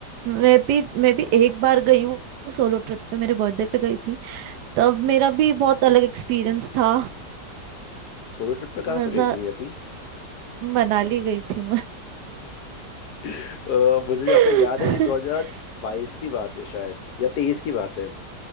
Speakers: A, on the right (about 80°); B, on the left (about 70°).
A: मैं भी मैं भी एक बार गई हूँ सोलो ट्रिप पे मेरे बर्थडे पे गई थी तब मेरा भी बहुत अलग एक्सपीरियंस था
B: सोलो ट्रिप पे
A: मजा
B: कहाँ पे गई थी नहीं जाती
A: मनाली गई थी मैं
B: <laughs> अ, मुझे
A: <laughs>
B: जाता याद है दो हजार बाईस की बात है शायद या तेईस की बात है अ,